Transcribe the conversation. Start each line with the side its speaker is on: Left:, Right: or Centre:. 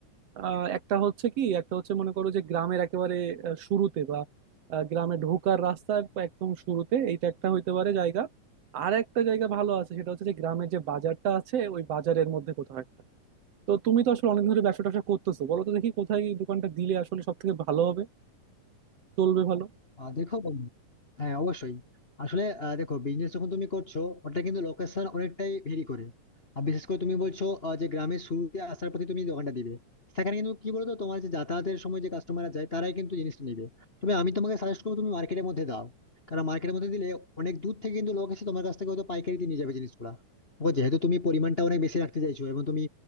Right: আহ একটা হচ্ছে কি একটা হচ্ছে মনে করো যে গ্রামের একেবারে আহ, শুরুতে বা আহ, গ্রামে ঢোকার রাস্তার একদম শুরুতে এইটা একটা হইতে পারে জায়গা আর একটা জায়গা ভালো আছে সেটা হচ্ছে যে গ্রামের যে বাজারটা আছে ওই বাজারের মধ্যে কোথাও একটা। তো তুমি তো আসলে অনেক ধরে ব্যবসা ট্যাবসা করতেছো বলো তো দেখি কোথায় এই দোকানটা দিলে আসলে সব থেকে ভালো হবে চলবে ভালো
Left: আহ দেখো বন্ধু হ্যাঁ অবশ্যই আসলে আহ, দেখো বিজনেস যখন তুমি করছো ওটা কিন্তু লোকেশন অনেকটাই ভেরি করে আর বিশেষ করে তুমি বলছো আহ, যে গ্রামের শুরুতে আসার পথে তুমি দোকানটা দিবে সেখানে কিন্তু কি বলতো তোমার যে যাতায়াতের সময় যে কাস্টমাররা যায় তারাই কিন্তু জিনিসটা নেবে তবে আমি তোমাকে সাজেস্ট করবো তুমি মার্কেটের মধ্যে দাও কারণ মার্কেটের মধ্যে দিলে অনেক দূর থেকে কিন্তু লোক এসে তোমার কাছ থেকে হয়তো পাইকারিতে নিয়ে যাবে জিনিসগুলা ও যেহেতু তুমি পরিমাণটা অনেক বেশি রাখতে চাইছো এবং তুমি